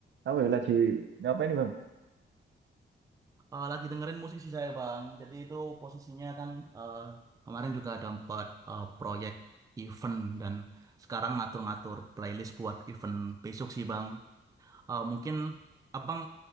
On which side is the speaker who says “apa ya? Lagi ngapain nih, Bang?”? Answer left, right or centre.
Right